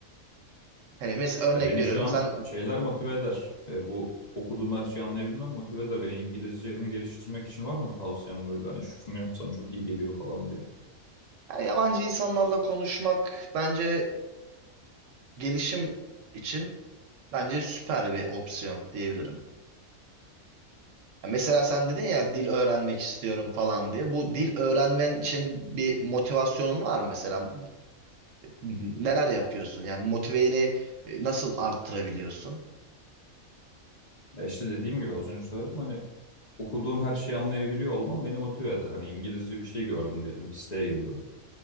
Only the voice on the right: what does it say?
Hani mesela örnek
veriyorum
sen
yani yabancı insanlarla konuşmak bence gelişim için bence süper bir opsiyon diyebilirim. Ya Mesela sen dedin ya dil öğrenmek istiyorum falan diye. Bu dil öğrenmen için bir motivasyonun var mı mesela? neler yapıyorsun? Yani motiveni e, nasıl arttırabiliyorsun?